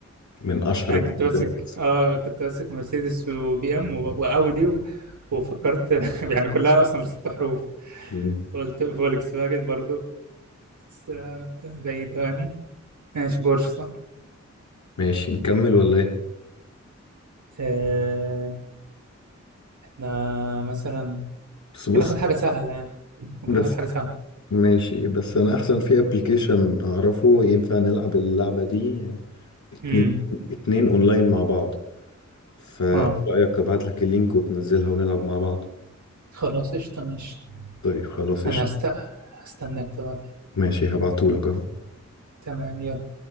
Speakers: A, on the left; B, on the right.
A: من أشهر
B: يعني
A: البراندات
B: كنت ماسك
A: أصلا
B: آه كنت ماسك مرسيدس وبي إم و- وأودي و... وفكرت <laughs> يعني كلها أصلا مش ست حروف
A: مم.
B: قلت فولكس فاجن برضو بس آه، بعيدة يعني ماشي بورش صح
A: ماشي نكمل ولا إيه؟
B: آه، إحنا مثلا
A: بس
B: ممكن
A: بص
B: ناخد حاجة سهلة يعني ممكن
A: بس
B: ناخد حاجة سهلة
A: ماشي بس أنا أحسن في أبليكيشن أعرفه ينفع نلعب اللعبة دي اتنين
B: امم
A: اتنين اونلاين مع بعض فايه
B: اه
A: رأيك ابعت لك اللينك وتنزلها ونلعب مع بعض
B: خلاص قشطة ماشي
A: طيب خلاص
B: أنا
A: قشطة
B: هست... هستناك تبعت
A: ماشي هبعتهولك اهو
B: تمام يلا